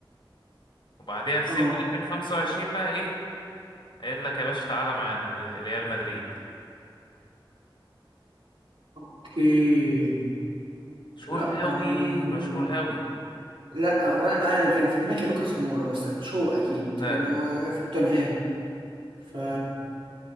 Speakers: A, on the left; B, on the right.
A: وبعدها في صيف
B: اه
A: 2025 بقى ايه قايل لك يا باشا تعالى معانا ر- ريال مدريد
B: اوكي
A: مشهور
B: لا
A: قوي
B: أنا...
A: مشهور قوي
B: لا ولا انا كان في دماغي لوكاس مورا بس مش هو اكيد
A: لا
B: لان
A: لا
B: هو
A: لا
B: في توتنهام ف